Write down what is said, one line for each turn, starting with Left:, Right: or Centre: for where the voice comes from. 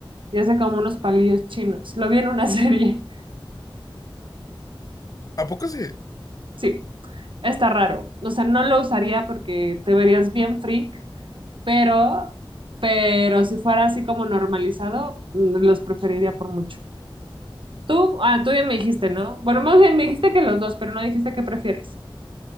Right: y hace como unos palillos chinos. Lo vi en una <laughs> serie.
Left: ¿A poco sí?
Right: Sí. Está raro. O sea, no lo usaría porque te verías bien freak, pero, pero si fuera así como normalizado, mm, los preferiría por mucho. Tú, ah, tú ya me dijiste, ¿no? Bueno, más bien me dijiste que los dos, pero no dijiste qué prefieres.